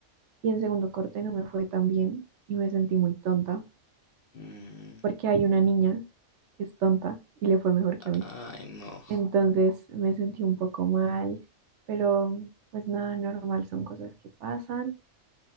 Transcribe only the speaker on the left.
Mm,
ay, no.